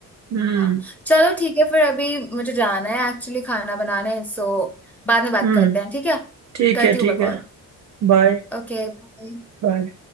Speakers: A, on the right; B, in the centre.
A: हम्म
B: हाँ चलो ठीक है फिर अभी मुझे जाना है एक्चुअली खाना बनाने सो बाद में बात
A: हम्म
B: करते हैं ठीक है
A: ठीक
B: करती
A: है
B: हूँ
A: ठीक
B: मैं कॉल
A: है बाय
B: ओके
A: बाय